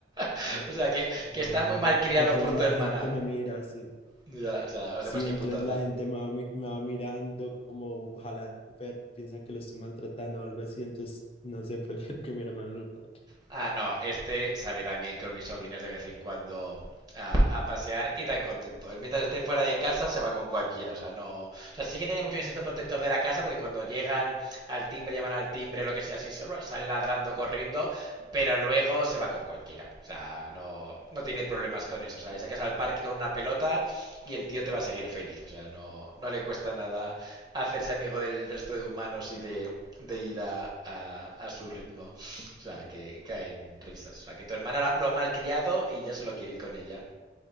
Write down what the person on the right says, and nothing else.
<laughs>
O sea, que,
que está muy mal criado
por
tu hermana.
Ya, o sea, o
sea, pues qué
putada.
Ah, no, este sale también con mis sobrinas de vez en cuando a, a pasear y tan contento. Él mientras esté fuera de casa se va con cualquiera, o sea, no... O sea, sí que tiene mucho instinto protector de la casa porque cuando llegan al timbre, llaman al timbre, lo que sea, así sale ladrando, corriendo, pero luego se va con cualquiera. O sea, no, no tiene problemas con eso. O sea, le sacas al parque con una pelota y el tío te va a seguir feliz. O sea, no, no le cuesta nada hacerse amigo del resto de humanos y de, de ir a, a, a su ritmo. O sea, que caen risas. O sea, que tu hermana lo ha malcriado y ya se lo quiere ir con ella.